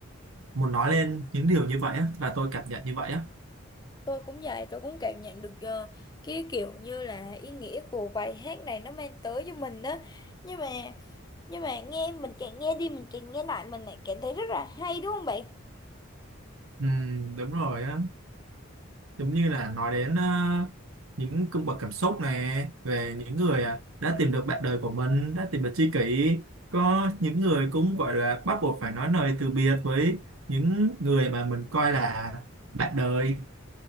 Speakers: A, on the right; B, on the left.
A: muốn nói lên những điều như vậy á và tôi cảm nhận như vậy á
B: tôi cũng vậy tôi cũng cảm nhận được ờ, cái kiểu như là ý nghĩa của bài hát này nó mang tới cho mình đó nhưng mà nhưng mà nghe mình càng nghe đi mình càng nghe lại mình lại cảm thấy rất là hay đúng không bạn
A: ừ, đúng rồi á giống như là nói đến ờ, những cung bậc cảm xúc này về những người à, đã tìm được bạn đời của mình đã tìm được tri kỷ có những người cũng gọi là bắt buộc phải nói lời từ biệt với những người mà mình coi là bạn đời